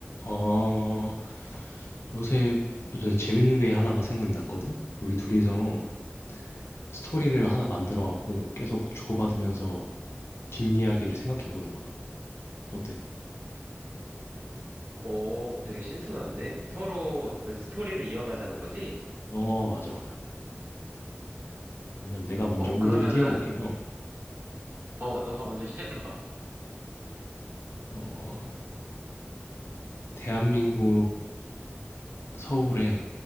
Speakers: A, on the left (about 85°); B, on the right (about 85°).
A: 어, 요새 요새 재밌는 게 하나가 생각이 났거든? 우리 둘이서 스토리를 하나 만들어 갖고 계속 주고받으면서 뒷이야기를 생각해 보는 거야. 어때?
B: 오, 되게 신선한데? 서로 일단 스토리를 이어가자는 거지?
A: 어, 맞아, 맞아. 그러면 내가 먼저
B: 어,
A: 운을
B: 그러면은,
A: 띄워볼게. 어,
B: 어, 너가 먼저 시작해봐.
A: 어, 대한민국 서울의